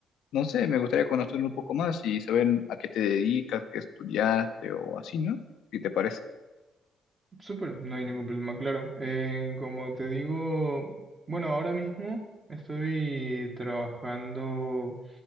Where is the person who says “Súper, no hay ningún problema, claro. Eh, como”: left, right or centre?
Right